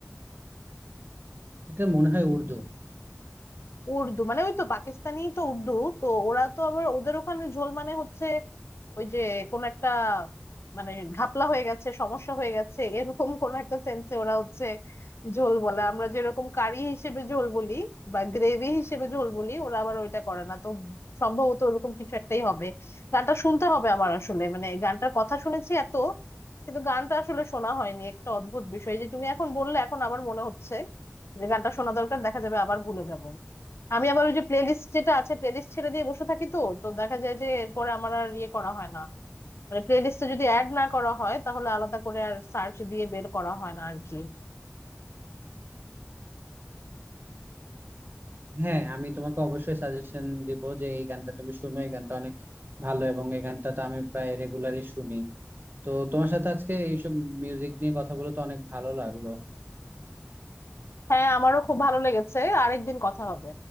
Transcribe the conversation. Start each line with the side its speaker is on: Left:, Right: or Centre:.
Right: এটা মনে হয় উর্দু
Left: উর্দু মানে ওই তো পাকিস্তানি তো উর্দু তো ওরা তো আবার ওদের ওখানে ঝোল মানে হচ্ছে ওই যে কোন একটা মানে ঘাপলা হয়ে গেছে সমস্যা হয়ে গেছে এরকম কোন একটা সেন্সে ওরা হচ্ছে ঝোল বলে আমরা যেরকম কারি হিসেবে ঝোল বলি বা গ্রেভি হিসেবে ঝোল বলি ওরা আবার ওইটা করে না তো সম্ভবত ওরকম কিছু একটাই হবে গানটা শুনতে হবে আমার আসলে মানে গানটার কথা শুনেছি এত কিন্তু গানটা আসলে শোনা হয়নি একটা অদ্ভুত বিষয় এই যে তুমি এখন বললে এখন আবার মনে হচ্ছে যে গানটা শোনা দরকার দেখা যাবে আবার ভুলে যাব আমি আবার ওই যে প্লেলিস্ট যেটা আছে প্লেলিস্ট ছেড়ে দিয়ে বসে থাকি তো তো দেখা যায় যে এরপরে আমার আর ইয়ে করা হয় না মানে প্লেলিস্টে যদি অ্যাড না করা হয় তাহলে আলাদা করে আর সার্চ দিয়ে বের করা হয় না আর কি
Right: হ্যাঁ আমি তোমাকে অবশ্যই সাজেশন দিব যে এই গানটা তুমি শুনো এই গানটা অনেক ভালো এবং এই গানটা তো আমি প্রায় রেগুলারই শুনি তো তোমার সাথে আজকে এইসব মিউজিক নিয়ে কথা বলে তো অনেক ভালো লাগলো
Left: হ্যাঁ আমারও খুব ভালো লেগেছে আরেকদিন কথা হবে